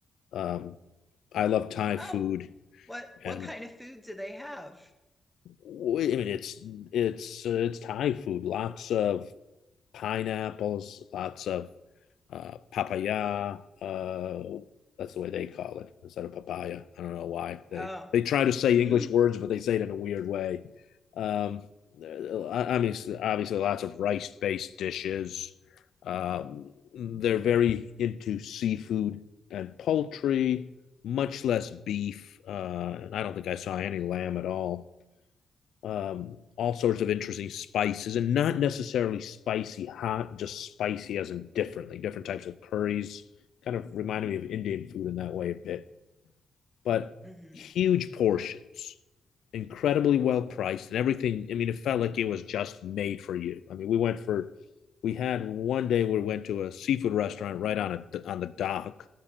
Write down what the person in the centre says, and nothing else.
Oh,
what what
kind of food do they have?
Oh,
hmm
hmm